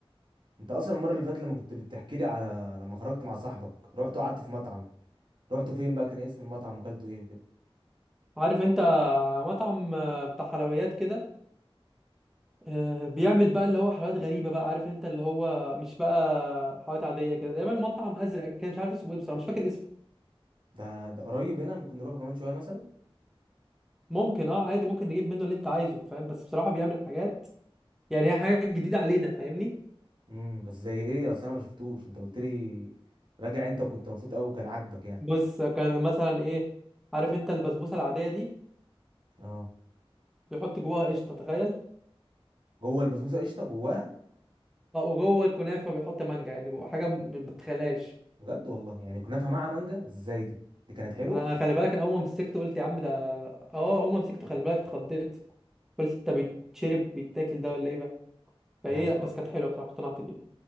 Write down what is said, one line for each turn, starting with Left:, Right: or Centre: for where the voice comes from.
Right: انت اصلا المره اللي فاتت لما كنت بتحكي لي على لما خرجت مع صاحبك رحت وقعدت في مطعم رحت فين بقى كان إيه اسم المطعم وكلته ايه وكده
Centre: عارف انت مطعم آه، بتاع حلويات كده آه، بيعمل بقى اللي هو حلويات غريبه بقى عارف انت اللي هو مش بقى حلويات عاديه كده دايما مطعم ازرق كده مش عارف اسمه ايه بصراحه مش فاكر اسمه
Right: ده ده قريب هنا ممكن نروحه كمان شويه مثلا
Centre: ممكن اه عادي ممكن نجيب منه اللي انت عايزه فاهم بس بصراحه بيعمل حاجات يعني هي حاجات جديده علينا فاهمني
Right: امم بس زي ايه اصلا انا ما شفتوش انت قلت لي راجع انت وكنت مبسوط قوي وكان عاجبك يعني
Centre: بص كان مثلا ايه عارف انت البسبوسه العاديه دي
Right: اه
Centre: بيحط جواها قشطه تخيل
Right: جوه البسبوسه قشطه جواها
Centre: اه وجوه الكنافه بيحط مانجا يعني بيبقى حاجه ما بتتخيلهاش
Right: بجد والله يعني كنا نفهم مع مانجا ازاي دي دي كانت حلوه
Centre: انا خلي بالك انا اول ما مسكته قلت يا عم ده اه اول ما مسكته خلي بالك اتخضيت قلت انت بيتشرب بيتاكل ده ولا ايه ده فايه
Right: هي غ-
Centre: بس كانت حلوه بصراحه اقتنعت بيها